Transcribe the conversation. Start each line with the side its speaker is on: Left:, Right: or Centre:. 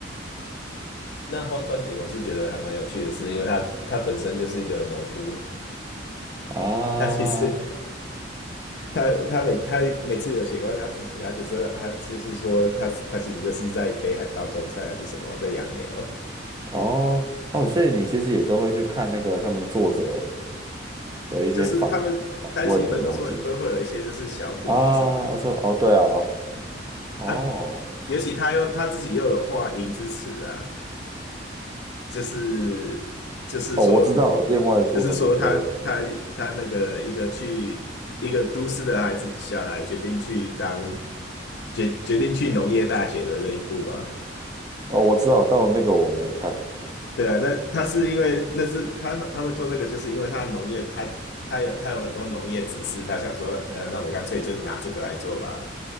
Left: 那荒川景我是觉得还蛮有趣的是，因为他他本身就是一个农夫，
Right: 啊，
Left: 他其实他他每他每次有写关于他自己，他就是他就是说他他其实就是在北海道种菜还是什么，在养牛。
Right: 哦哦，所以你其实也都会去看那个他们作者的一些访访问的东西
Left: 就是他们单行本都是会都会有一些就是小品，
Right: 啊，
Left: 不是吗？
Right: 说哦对啊，哦
Left: 啊，尤其他又他自己又有画银之词啊，就是就是说
Right: 哦，我知道另外一部的那个，
Left: 就是说他他他那个一个去一个都市的孩子小孩决定去当决决定去农业大学的那一步啊。
Right: 哦我知道，但那个我没看，
Left: 对啊，那他是因为那是他他会做那个，就是因为他农业他他有他有很多农业知识，他想说，呃，那我干脆就拿这个来做吧，